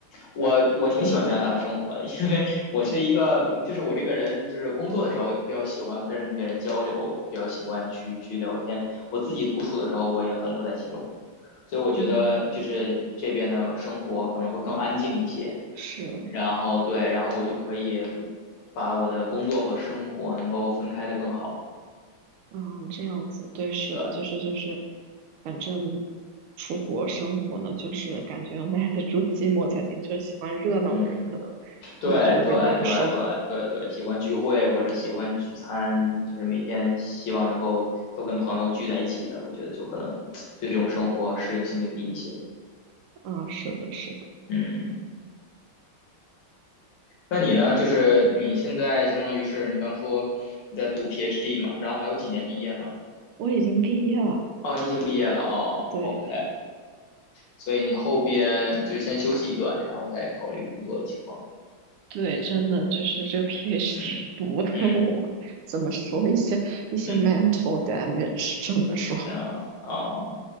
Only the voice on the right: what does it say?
嗯，是。
嗯，这样子，对，是的，
就是就是，反正出国生活呢，就是感觉要耐得住寂寞才行。就是喜欢热闹的人，
可能就会觉得有点难受。
<laughs> 啊、是的，是的，
我已经毕业了。
对
对，真的就是这个 <laughs> PhD
读的我，
怎么说一些一些
mental damage，真么说。